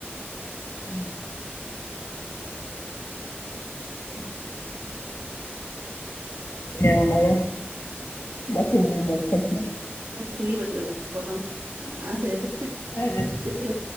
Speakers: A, on the left (about 80°); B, on the right (about 70°).
A: ఊ
B: అ
A: ఏమ్మున్నది బస్ కి పోయి బస్ కి వచ్చినం
B: ఫ్రీ బస్ కదా పోదం ఆ సేది
A: అదే
B: ఫ్రీ